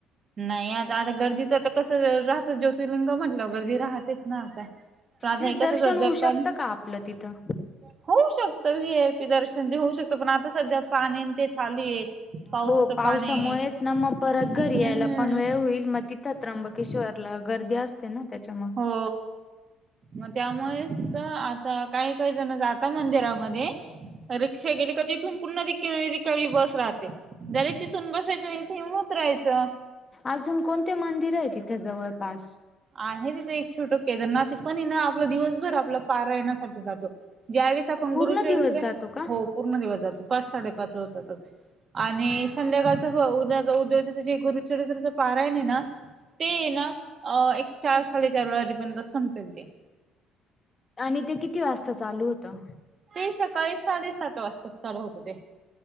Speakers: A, on the right; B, on the left.
A: नाही आता आता गर्दीच आता कस राहत ज्योतिर्लिंग म्हटलं गर्दी राहतेच ना आता. पण आता
B: नाही
A: हे
B: दर्शन
A: कसं सध्या
B: होऊ
A: पण
B: शकतं का आपलं तिथं?
A: होऊ शकतं वी. एय. पी. दर्शन जे होऊ शकतं पण आता सध्या पाणी ते चालुये पावसाचं
B: हो पावसामुळेच
A: पाणी.
B: ना मग परत
A: हम्म
B: घरी यायला पण वेळ होईल मग तिथं त्र्यंबकेश्वरला गर्दी असते ना त्याच्या मग.
A: हो. मग त्यामुळे आता काही कयच ना जाता मंदिरामध्ये रिक्षा गेली का तिथून पुन्हा रिक्म रिक्का बस राहात. जरी तिथून बसायचं आणि इथे येऊन उतराहायचं.
B: अजून कोणते मंदिर आहे तिथे जवळपास.
A: आहे तिथे एक छोटं केदारनाथ ते पण ना आपला दिवसभर आपला पारा येण्यासाठी जातो. ज्यावेेळेस आपण
B: पूर्ण
A: गुरुचरित्रे
B: दिवस जातो का?
A: हो. र म ज पाच साडे पाच होता तर आणि संध्याकाळ उद उदच जे गुरु चरित्रचा पारायण ना ते ना एक चार साडेचार वेळाजेपर्यंत संपेल ते.
B: आणि ते किती वाजता चालू होतं?
A: ते सकाळी साडेसात वाजता चालू होत ते.